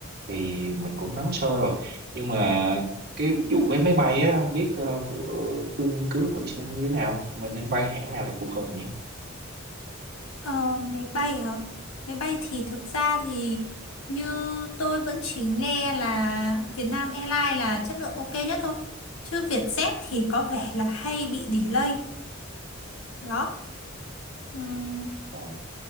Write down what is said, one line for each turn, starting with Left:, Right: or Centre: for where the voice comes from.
Right: thì mình cũng nắm sơ rồi nhưng mà cái vụ vé máy bay á không biết ờ, Phương nghiên cứu thử xem như thế nào mình nên bay hãng nào thì phù hợp nhỉ
Left: Ờ, máy bay hả? Máy bay thì thực ra thì như tôi vẫn chỉ nghe là Việt Nam Airlines là chất lượng ok nhất thôi. Chứ Vietjet thì có vẻ là hay bị delay. Đó. Ừm,
Right: ồ